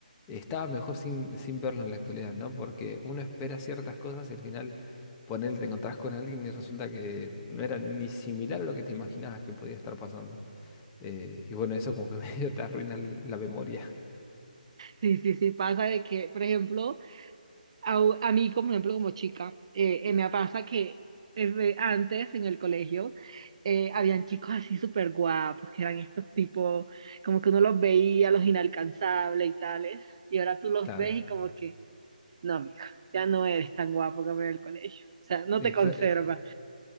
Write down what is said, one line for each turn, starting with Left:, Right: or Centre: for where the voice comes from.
Left: estaba mejor sin, sin verlo en la actualidad, ¿no? Porque uno espera ciertas cosas y al final, ponele, te encontrás con alguien y resulta que no era ni similar a lo que te imaginabas que podía estar pasando. Eh, y bueno, eso como que <laughs> medio te arruina l- la memoria.
Right: Sí, sí, sí, pasa de que, por ejemplo, a, u- a mí, como ejemplo, como chica, eh, eh, me pasa que es de antes en el colegio eh, habían chicos así súper guapos, que eran estos tipos, como que uno los veía, los inalcanzables y tales, y ahora tú los
Left: Claro.
Right: ves y como que, no, amigo, ya no eres tan guapo como en el colegio, o sea, no
Left: Y
Right: te conserva.
Left: cla-